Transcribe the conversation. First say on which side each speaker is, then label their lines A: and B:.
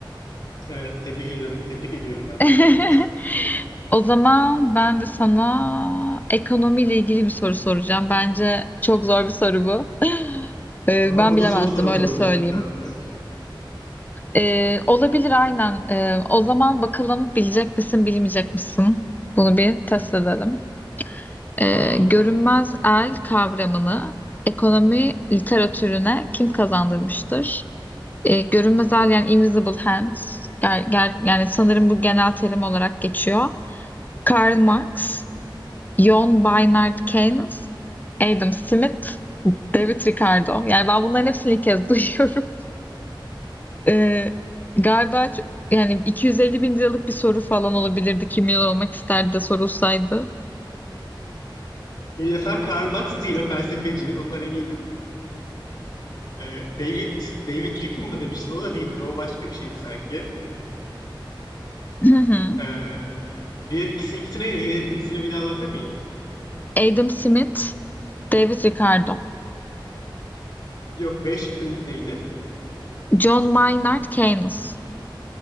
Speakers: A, on the left; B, on the left.
A: Evet tebrik ediyorum. Tebrik ediyorum ben
B: <laughs>
A: de seni.
B: O zaman ben de sana ekonomiyle ilgili bir soru soracağım. Bence çok zor bir soru bu. Ee,
A: Tamam
B: ben
A: bu
B: bilemezdim
A: da son sorumuz
B: öyle
A: olur
B: söyleyeyim.
A: zaten tahminen.
B: Ee, olabilir aynen. Ee, o zaman bakalım bilecek misin bilmeyecek misin? Bunu bir test edelim. Ee,
A: Tamam.
B: görünmez el kavramını ekonomi literatürüne kim kazandırmıştır? Ee, görünmez el yani invisible hands. Ger- ger- yani sanırım bu genel terim olarak geçiyor. Karl Marx, John Maynard Keynes, Adam Smith, David Ricardo. Yani ben bunların hepsini ilk kez <laughs> duyuyorum. Ee, galiba ç- yani 250 bin liralık bir soru falan olabilirdi. Kim milyon olmak isterdi de sorulsaydı.
A: Bir defa Karl Marx değil o felsefeci. Ondan eminim. Ee, David David Rick'in mı demiştin? O da değildir. O başka bir şeydi sanki.
B: <laughs>
A: Ee, diğer ikisi, ikisi neydi? Diğer ikisini bir daha alabilir miyim?
B: Adam Smith, David Ricardo,
A: Yok B şıkkı neydi?
B: John Maynard Keynes.